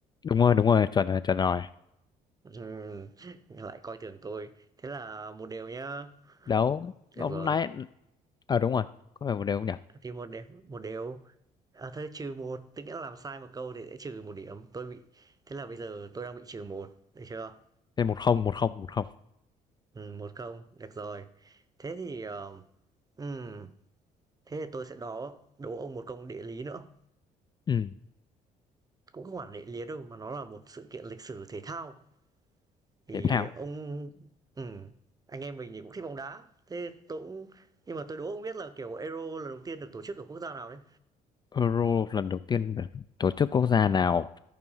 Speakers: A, on the left; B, on the right.
A: đúng rồi đúng rồi chuẩn rồi chuẩn rồi
B: Ừm, <laughs> lại coi thường tôi. Thế là một điều nhá.
A: đấu
B: Được
A: ông
B: rồi.
A: nãy ờ đúng rồi có phải một đều không nhỉ
B: thì một điểm một đều. À thôi trừ một tức nghĩa là làm sai một câu thì sẽ trừ một điểm. Tôi bị thế là bây giờ tôi đang bị trừ một được chưa?
A: Thế một không một không một không
B: Ừm, 1-0, được rồi. Thế thì, ờ, ừm, thế thì tôi sẽ đố đố ông một câu địa lý nữa.
A: ừ
B: Cũng không hẳn địa lý đâu mà nó là một sự kiện lịch sử thể thao. Thì
A: thể thao
B: ông ừm, anh em mình thì cũng thích bóng đá, thế tôi cũng nhưng mà tôi đố ông biết là, kiểu, Euro lần đầu tiên được tổ chức ở quốc gia nào đấy?
A: Euro lần đầu tiên được tổ chức quốc gia nào